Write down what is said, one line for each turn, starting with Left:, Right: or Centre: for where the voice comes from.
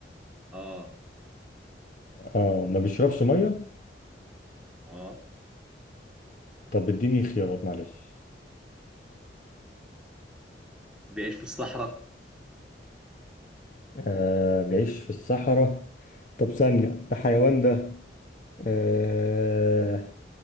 Centre: اه
Left: اه ما بيشربش ميه
Centre: اه
Left: طب اديني خيارات معلش
Centre: بيعيش في الصحراء
Left: آه بيعيش في الصحراء طب ثانيه ده حيوان ده آه